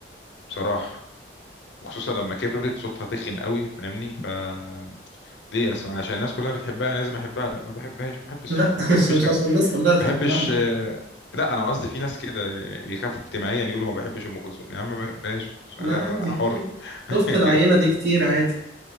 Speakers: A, on the left; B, on the right.
A: بصراحه وخصوصا لما كبرت صوتها تخن قوي فاهمني فليه اسمع عشان الناس كلها بتحبها لازم احبها لا ما بحبهاش ما بحبش
B: لا
A: صوتها
B: <laughs>
A: ما
B: مش
A: بحبش
B: مش
A: ما
B: عشان الناس كلها تحبها
A: بحبش آه، لا انا قصدي في ناس كده بيخافوا اجتماعيا يقولوا ما بحبش ام كلثوم يا عم ما بحبهاش ام كلثوم
B: لا
A: انا
B: عادي
A: انا حر
B: شفت
A: <laughs>
B: شفت العينة دي كتير عادي